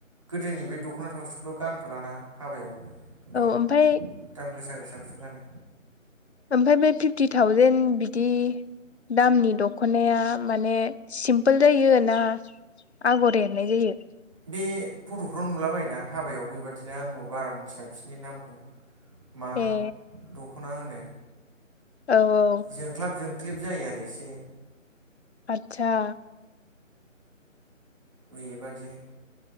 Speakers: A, on the right (about 25°); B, on the left (about 55°).
A: गोदोनि बे दख'ना थावसिखौथ' गानखालाना हाबायाव। एकदम
B: ओमफ्राय
A: दाम गोसा गोसाखौसो गानो।
B: ओमफफ्राय बे फिफ्टि थावजेेन बिदि दामनि दख'नाया माने सिम्पोल जायोना आगर एरनाय जायो।
A: बे फट'फ्राव नुलाबाय ना हाबायाव बेबादिनो आंबो बारा मिथिया बिसोरनि नामखौ मा
B: ए
A: दख'ना होनो
B: औ औ
A: जों ख्लाब जोंख्लिब जायो आरो एसे
B: आतसा।
A: बेबादि